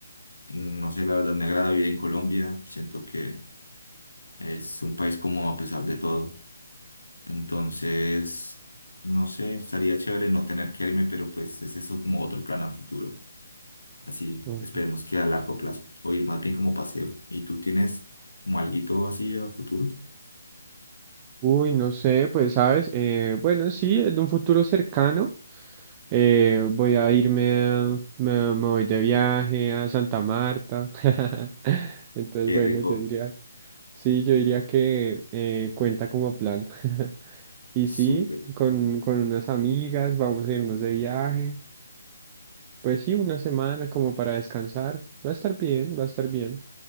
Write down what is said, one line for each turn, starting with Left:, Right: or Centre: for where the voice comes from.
Left: no sé, la verdad me agrada vivir en Colombia, siento que es un país como a pesar de todo, entonces, no sé, estaría chévere no tener que irme, pero pues es eso como otro plan a futuro, así,
Right: Oh.
Left: esperemos que a largo plazo, o ir más bien como paseo, ¿y tú tienes como alguito así a futuro?
Right: Uy, no sé, pues sabes, Eh, bueno, sí, en un futuro cercano eh, voy a irme, a- me, me voy de viaje a Santa Marta. <laughs> Entonces,
Left: Qué
Right: bueno,
Left: rico,
Right: yo diría, sí, yo diría que eh, cuenta como plan. <laughs> Y
Left: súper,
Right: sí, con, con unas amigas vamos a irnos de viaje. Pues sí, una semana como para descansar. Va a estar bien, va a estar bien.